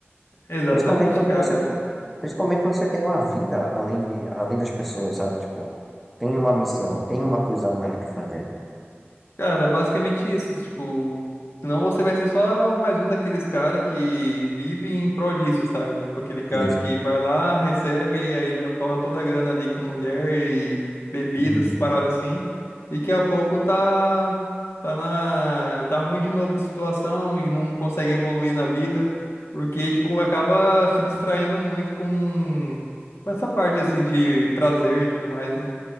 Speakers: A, on the left; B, in the centre.
A: Exatamente,
B: Principalmente quando
A: cara.
B: você tem, principalmente quando você tem uma vida além de, além das pessoas, sabe? Tipo, tem uma missão, tem uma coisa a mais pra fazer.
A: Cara, é basicamente isso. Tipo, senão você vai ser só mais um daqueles caras que vive em prol disso, sabe? Tipo, aquele cara
B: Isso,
A: que vai lá, recebe, e aí já torra toda a grana ali com mulher e bebidas,
B: hum,
A: paradas assim. E daqui a pouco tá, tá na, tá ruim de novo de situação e não consegue evoluir na vida. Porque, tipo, acaba se distraindo muito com, com essa parte, assim, de prazer e tudo mais, né?